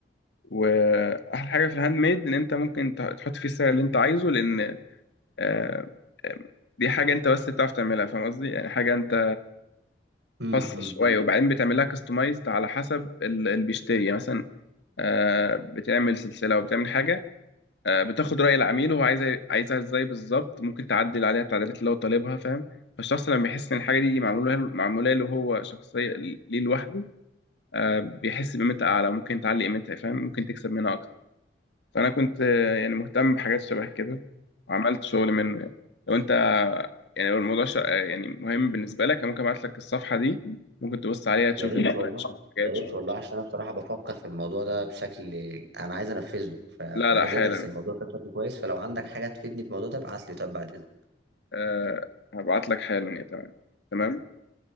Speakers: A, on the left; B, on the right.
A: واحلى حاجه في الهاند ميد ان انت ممكن ت- تحط فيه السعر اللي انت عايزه لان آه، آه، دي حاجه انت بس بتعرف تعملها فاهم قصدي يعني حاجه انت
B: امم
A: خاصه شويه وبعدين بتعملها كاستمايزد على حسب ال- اللي بيشتري يعني مثلا آه، بتعمل سلسله وبتعمل حاجه آه، بتاخد رأي العميل وهو عايز عايزها ازاي بالظبط ممكن تعدل عليها التعديلات اللي هو طالبها فاهم فالشخص لما يحس ان الحاجة دي معمولة معمولة له هو شخصية ليه لوحده آه، بيحس بقيمتها أعلى ممكن تعلي قيمتها فاهم ممكن تكسب منها أكتر فأنا كنت آه، يعني مهتم بحاجات شبه كده وعملت شغل منه يعني لو أنت آه، يعني لو الموضوع ش... آه، يعني مهم بالنسبة لك أنا ممكن أبعت لك الصفحة دي ممكن تبص عليها تشوف
B: يا ريت
A: الديزاين
B: والله
A: تشوف الحاجات
B: يا ريت
A: تشوف <laughs>
B: والله عشان انا بصراحه بفكر في الموضوع ده بشكل انا عايز انفذه ف... فعايز
A: لا لا حالا
B: ادرس الموضوع ده بشكل كويس فلو عندك حاجه تفيدني في الموضوع ده ابعت لي طب بعد اذنك
A: أه هبعت لك حالا يا تمام تمام